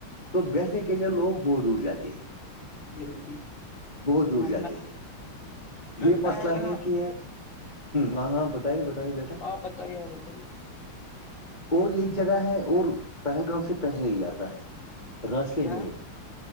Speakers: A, on the left (about 20°); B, on the left (about 60°).
A: تو بیٹھنے کے لیے لوگ بہت دور جاتے ہیں
B: جی جی
A: بہت دور
B: میں
A: جاتے ہیں
B: میں
A: یہ
B: پہلگام
A: مسئلہ ہے کہ ہاں ہاں بتائیے بتائیے بیٹا
B: آپ بتائیے آپ بتائیے
A: اور ایک جگہ ہے اور پہلگام سے پہلے ہی آتا ہے
B: کیا
A: راستے میں